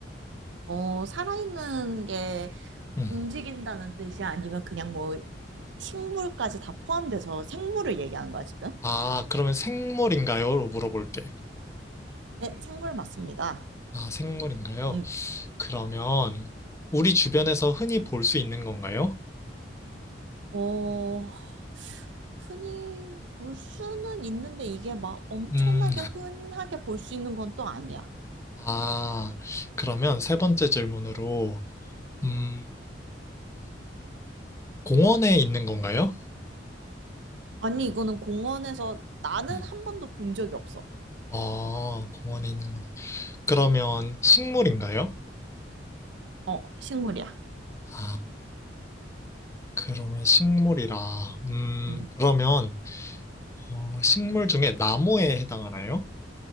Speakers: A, on the right; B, on the left.
A: 어, 살아있는 게
B: 음.
A: 움직인다는 뜻이야? 아니면 그냥 뭐 식물까지 다 포함돼서 생물을 얘기하는 거야, 지금?
B: 아, 그러면 생물인가요?로 물어볼게.
A: 네, 생물 맞습니다.
B: 아, 생물인가요?
A: 응.
B: 그러면 우리 주변에서 흔히 볼 수 있는 건가요?
A: 어, 흔히 볼 수는 있는데 이게 막 엄청나게
B: 음,
A: 흔하게 볼 수 있는 건 또 아니야.
B: 아, 그러면 세 번째 질문으로 음, 공원에 있는 건가요?
A: 아니, 이거는 공원에서 나는
B: 음.
A: 한 번도 본 적이 없어.
B: 아, 공원에 있는 거는. 그러면 식물인가요?
A: 어, 식물이야.
B: 아, 그러면 식물이라. 음,
A: 음.
B: 그러면, 어, 식물 중에 나무에 해당하나요?